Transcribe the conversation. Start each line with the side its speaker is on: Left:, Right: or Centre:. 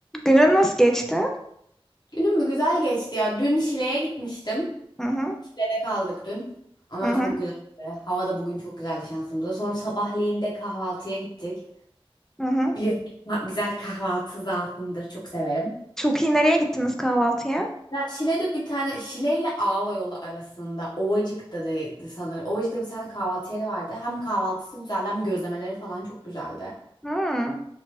Centre: Günün nasıl geçti?
Left: Günüm mü güzel geçti ya. Dün Şile'ye gitmiştim.
Centre: Hı hı,
Left: Şile'de kaldık dün. Ama
Centre: hı hı,
Left: çok güzeldi. Hava da bugün çok güzeldi şansımıza. Sonra sabahleyin de kahvaltıya gittik.
Centre: hı hı.
Left: Biliyorsun ki ka- güzel kahvaltı zaafımdır. Çok severim.
Centre: Çok iyi nereye gittiniz kahvaltıya?
Left: Ya Şile'de bir tane Şile ile Ağva yolu arasında Ovacık'ta da sanırım. Ovacık'ta bir tane kahvaltı yeri vardı. Hem kahvaltısı güzeldi hem gözlemeleri falan çok güzeldi.
Centre: Hmm,